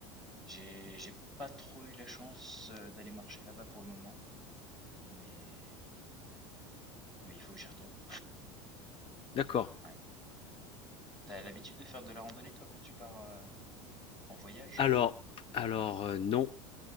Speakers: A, in the centre; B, on the left.
A: j'ai j'ai pas trop eu la chance euh, d'aller marcher là-bas pour le moment, mais mais il faut que j'y retourne.
B: d'accord.
A: Ouais. T'as l'habitude de faire de la randonnée toi quand tu pars euh, en voyage?
B: Alors, alors euh, non,